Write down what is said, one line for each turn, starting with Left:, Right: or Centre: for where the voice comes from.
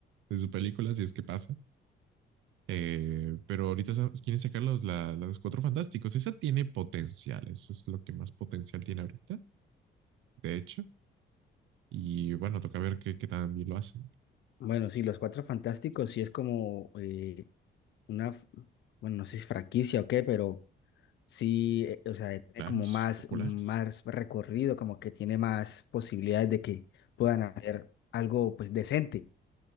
Right: de su película, si es que pasa. Eh, pero ahorita sa- quieren sacar los, la, los Cuatro Fantásticos. Esa tiene potencial, eso es lo que más potencial tiene ahorita, de hecho. Y bueno, toca ver qué, qué tan bien lo hacen.
Left: Bueno, sí, los Cuatro Fantásticos sí es como eh, una, f- bueno, no sé si es franquicia o qué, pero sí, eh, o sea, tiene
Right: Claros,
Left: como más,
Right: populares.
Left: más recorrido, como que tiene más posibilidades de que puedan hacer algo pues decente.